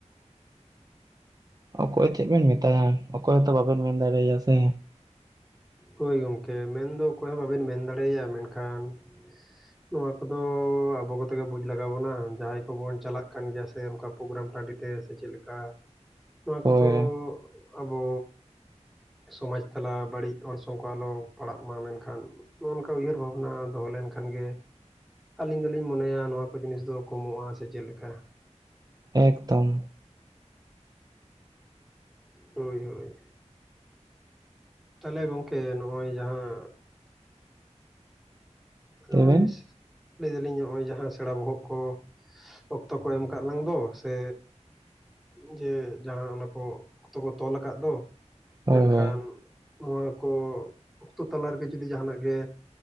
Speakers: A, on the right; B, in the centre.
A: ᱚᱠᱚᱭ ᱪᱮᱫ ᱵᱮᱱ ᱢᱮᱛᱟᱭᱟ ᱚᱠᱚᱭ ᱦᱚᱸᱛᱚ ᱵᱟᱵᱮᱱ ᱢᱮᱱ ᱫᱟᱲᱮ ᱟᱭᱟ ᱥᱮ᱾
B: ᱦᱳᱭ ᱜᱚᱢᱠᱮ ᱢᱮᱱᱫᱚ ᱚᱠᱚᱭ ᱦᱚᱸ ᱵᱟᱵᱮᱱ ᱢᱮᱱ ᱫᱟᱲᱮ ᱟᱭᱟ ᱢᱮᱱᱠᱷᱟᱱ ᱱᱚᱣᱟ ᱠᱚᱫᱚ ᱟᱵᱚ ᱠᱚᱛᱮ ᱜᱮ ᱵᱩᱡᱽ ᱞᱟᱜᱟᱣ ᱵᱚᱱᱟ ᱡᱟᱦᱟᱸᱭ ᱠᱚᱵᱚᱱ ᱪᱟᱞᱟᱜ ᱠᱟᱱ ᱜᱮᱭᱟ ᱥᱮ ᱚᱱᱠᱟ ᱯᱨᱳᱜᱨᱟᱢ ᱴᱟᱺᱰᱤ ᱛᱮ ᱥᱮ ᱪᱮᱫ ᱞᱮᱠᱟ ᱱᱚᱣᱟ ᱠᱚᱫᱚ
A: ᱦᱳᱭ
B: ᱟᱵᱚ ᱥᱚᱢᱟᱡᱽ ᱛᱟᱞᱟ ᱵᱟᱲᱤᱡ ᱚᱨᱥᱚᱝ ᱠᱚ ᱟᱞᱚ ᱯᱟᱲᱟᱜ ᱢᱟ ᱢᱮᱱᱠᱷᱟᱱ ᱱᱚᱜ-ᱚ ᱱᱚᱝᱠᱟ ᱩᱭᱦᱟᱹᱨ ᱵᱷᱟᱵᱽᱱᱟ ᱫᱚᱦᱚ ᱞᱮᱱᱠᱷᱟᱱ ᱜᱮ ᱟᱞᱤᱧ ᱫᱚᱞᱤᱧ ᱢᱚᱱᱮᱭᱟ ᱱᱚᱣᱟ ᱠᱚ ᱡᱤᱱᱤᱥ ᱫᱚ ᱠᱚᱢᱚᱜ-ᱟ ᱥᱮ ᱪᱮᱫ ᱞᱮᱠᱟ᱾
A: ᱮᱠᱫᱚᱢ
B: ᱦᱳᱭ ᱦᱳᱭ ᱛᱟᱦᱚᱞᱮ ᱜᱚᱝᱠᱮ ᱱᱚᱜ-ᱚᱭ ᱡᱟᱦᱟᱸ ᱱᱚᱜ-ᱚᱭ
A: ᱞᱟᱹᱭ ᱵᱮᱱ
B: ᱞᱟᱹᱭ ᱫᱟᱹᱞᱤᱧ ᱱᱚᱜ-ᱚᱭ ᱡᱟᱦᱟᱸ ᱥᱮᱬᱟ ᱵᱚᱦᱚᱜ ᱠᱚ ᱚᱠᱛᱚ ᱠᱚ ᱮᱢ ᱠᱟᱜ ᱞᱟᱝ ᱫᱚ ᱥᱮ ᱡᱮ ᱡᱟᱦᱟᱸ ᱚᱱᱟᱠᱚ ᱚᱠᱛᱚ ᱠᱚ ᱛᱚᱞ ᱟᱠᱟᱫ ᱫᱚ
A: ᱦᱳᱭ
B: ᱢᱮᱱᱠᱷᱟᱱ
A: ᱦᱳᱭ
B: ᱱᱚᱣᱟ ᱠᱚ ᱟᱛᱩ ᱛᱟᱞᱟ ᱨᱮᱜᱮ ᱡᱩᱫᱤ ᱡᱟᱦᱟᱱᱟᱜ ᱜᱮ